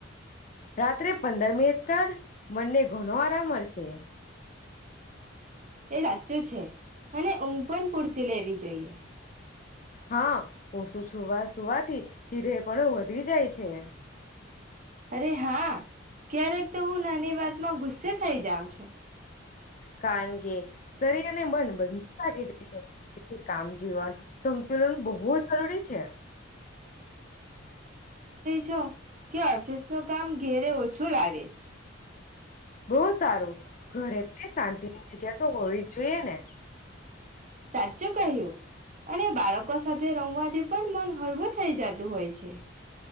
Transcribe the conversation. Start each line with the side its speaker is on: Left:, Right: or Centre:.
Left: રાત્રે
Right: હા એ
Left: પંદર મિનિટ કાઢ મનને ઘણો આરામ મળશે
Right: સા ચૂ છે અને ઊંઘ પણ પૂરતી લેવી જોઈએ.
Left: હા ઓછું છુવા સુવાથી ચીરે પણ વધી જાય છે.
Right: અરે હા ક્યારેક તો હું નાની વાત માં ગુસ્સે થઇ જાઉં છું.
Left: કારણ કે શરીર અને મન બંધ લાગી જાય છે એ કામ જવન સતુલન બહુ જરૂરી છે.
Right: છુ. કે ઓફિસ નું કામ ઘેરે ઓછું લાવીશ.
Left: બો સારું ઘર એટલે શાંતિની જગ્યા તો હોવી જ જોઈએ ને.
Right: સાચું કહ્યું, અને બાળકો સાથે રમવાથી પણ મન હળવું થઈ જતું હોય છે.